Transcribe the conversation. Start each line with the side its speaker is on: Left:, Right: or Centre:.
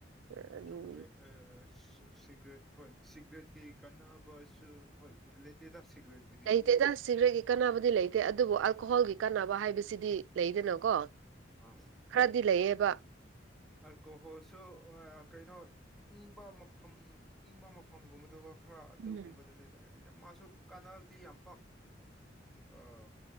Right: ꯎꯝ,
Centre: ꯆꯨꯝꯃꯦ ꯑꯁ ꯁꯤꯒꯔꯦꯠ ꯍꯣꯏ ꯁꯤꯒꯔꯦꯠꯀꯤ ꯀꯥꯟꯅꯕꯁꯨ ꯍꯣꯏ ꯂꯩꯇꯦꯗꯥ ꯁꯤꯒꯔꯦꯠ
Right: ꯂꯩꯇꯦꯗ ꯁꯤꯒꯔꯦꯠꯀꯤ ꯀꯥꯟꯅꯕꯗꯤ ꯂꯩꯇꯦ ꯑꯗꯨꯕꯨ ꯑꯜꯀꯣꯍꯣꯜꯒꯤ ꯀꯥꯟꯅꯕ ꯍꯥꯏꯕꯁꯤꯗꯤ ꯂꯩꯗꯅꯀꯣ
Centre: ꯑꯥ
Right: ꯈꯔꯗꯤ ꯂꯩꯌꯦꯕ
Centre: ꯑꯜꯀꯣꯍꯣꯜꯁꯨ ꯀꯩꯅꯣ ꯏꯪꯕ ꯃꯐꯝ ꯏꯪꯕ ꯃꯐꯝꯒꯨꯝꯕꯗꯒ‌ꯣ ꯈꯔ ꯑꯗꯨꯒꯨꯝꯕꯗꯅꯦ
Right: ꯎꯝ
Centre: ꯑꯩ ꯃꯥꯁꯨ ꯀꯥꯟꯅꯕꯗꯤ ꯌꯥꯝ ꯄꯥꯛ ꯑꯥ